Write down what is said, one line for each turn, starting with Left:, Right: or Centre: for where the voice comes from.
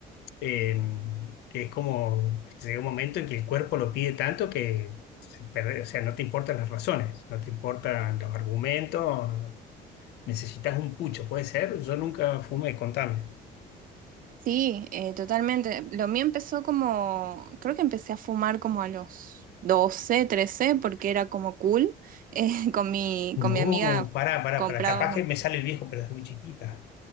Left: eh, que es como, llega un momento en que el cuerpo lo pide tanto que se perde- o sea, no te importan las razones, no te importan los argumentos, necesitas un pucho, puede ser, yo nunca fumé, contame.
Right: Sí, eh, totalmente. Lo mío empezó como, creo que empecé a fumar como a los 12 13 porque era como cool. Eh, <laughs> con mi, con
Left: No,
Right: mi amiga
Left: pará, pará,
Right: comprábamos
Left: pará, capaz que me sale el viejo, pero es muy chiquita.